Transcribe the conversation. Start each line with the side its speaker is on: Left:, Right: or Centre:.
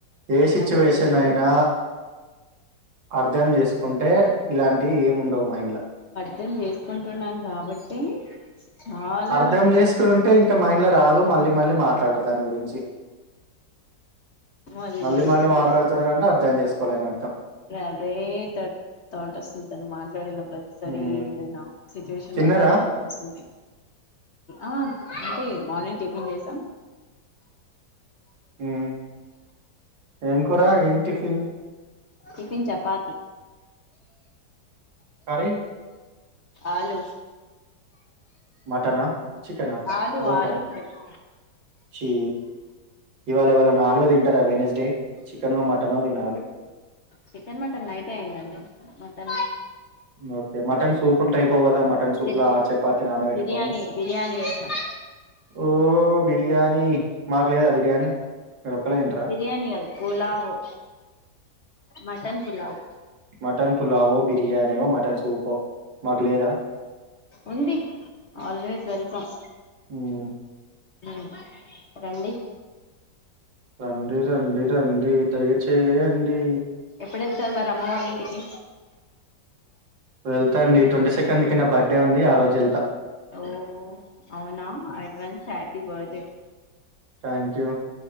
Right: ఏ సిచ్యువేషన్
Left: అదే
Right: అయినా అర్ధం చేసుకుంటే ఇలాంటియి ఏముండవ్ మైండ్లా
Left: అర్దం చేసుకుంటున్నాను కాబట్టి చాలా
Right: అర్ధం చేసుకుని ఉంటే ఇంకా మైండ్ల రాదు మళ్ళీ మళ్ళీ మాట్లాడరు దాని గురించి
Left: అది
Right: మళ్ళీ
Left: జరుగుతుంది
Right: మళ్ళీ మాట్లాడుతున్నారంటే
Left: ఇంకా
Right: అర్థం చేసుకోలే అని అర్థం
Left: అదే త థాట్ వస్తుంది తను మాట్లాడినప్ ప్రతిసరి
Right: ఉమ్
Left: ఏదైనా సిచ్యువేషన్
Right: తిన్నారా
Left: లో అదే గుర్తుకస్తుంది ఆ అంటే మార్నింగ్ టిఫిన్ చేసాం
Right: ఉమ్ ఏం కురా ఏం టిఫిన్
Left: టిఫిన్ చపాతి
Right: కర్రీ?
Left: ఆలు
Right: మటనా చికెనా
Left: ఆలు
Right: బోట
Left: ఆలు ఫ్రై
Right: చీ ఇవాళ ఎవాలన్నా ఆలు తింటారా వెనస్డే చికెనో మటనో తినాలే
Left: చికెన్ మటన్ నైట్ అయిందండి మటన్
Right: ఓకే మటన్ సూపున్ టైప్ పోవ్ గదా మటన్ సూప్లా
Left: బిర్
Right: ఆ చపాతీ నాణపెట్టుకొని
Left: బిర్యానీ బిర్యానీ చేసాం
Right: ఓ బి ర్యాని మాగ్ లేదా బిర్యానీ మీరొక్కళ్ళే తింటరా?
Left: బిర్యానీ కాదు పులావో మటన్ పులావో
Right: మటన్ పులావో బిర్యానీయో మటన్ సూపో మాక్ లేదా
Left: ఉంది ఆల్వేస్ వెల్కమ్
Right: హ్మ్.
Left: ఉమ్ రండి
Right: రండి రండి రండి దయచేయండి
Left: ఎప్పుడెళ్తర్ మరి అమ్మవాల్ ఇంటికి
Right: ఎళ్తా అండి ట్వంటీ సెకండ్ కి నా బర్త్డే ఉంది ఆ రోజు ఎళ్తా
Left: ఓ అవునా advance happy birthday
Right: thank you